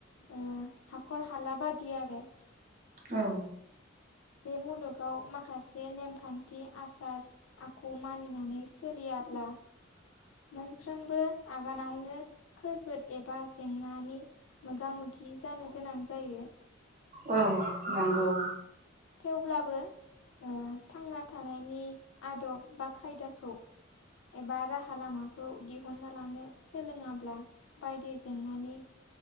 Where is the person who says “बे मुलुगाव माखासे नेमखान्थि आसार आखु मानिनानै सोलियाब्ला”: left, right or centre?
Left